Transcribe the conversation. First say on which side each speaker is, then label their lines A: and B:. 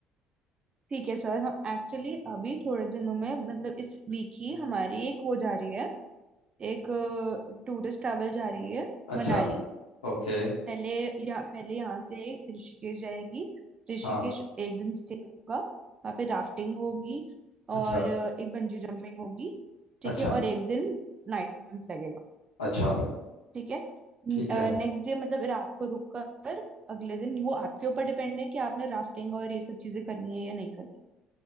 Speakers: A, on the right; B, on the left.
A: ठीक है सर हम एक्चुअली अभी थोड़े दिनों में मतलब इस वीक ही हमारी एक वो जा रही है एक टूरिस्ट ट्रैवल जा रही है
B: अच्छा
A: मनाली
B: ओके
A: पहले यहाँ पहले यहाँ से ऋषिकेश जाएगी ऋषिकेश
B: हाँ
A: एक दिन स्टे होगा वहाँ पे राफ्टिंग होगी और
B: अच्छा
A: अ, एक बंजी जंपिंग होगी ठीक
B: अच्छा
A: है और एक दिन नाइट कैंप लगेगा
B: अच्छा
A: ठीक है
B: ठीक है
A: नेक्स्ट डे मतलब रात को रुक कर अगले दिन वो आपके ऊपर डिपेंड है कि आपने राफ्टिंग और ये सब चीजें करनी है या नहीं करनी